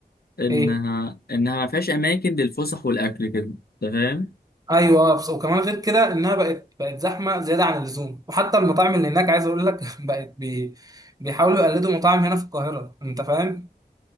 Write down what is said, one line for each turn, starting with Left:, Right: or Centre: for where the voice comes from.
Left: إنها
Right: ايه
Left: إنها ما فيهاش أماكن للفسح والأكل كده أنت فاهم
Right: ايوه آه، بس وكمان غير كده انها بقت بقت زحمه زياده عن اللزوم وحتى المطاعم اللي هناك عايز اقول لك <laughs> بقت بي... بيحاولوا يقلدوا مطاعم هنا في القاهره انت فاهم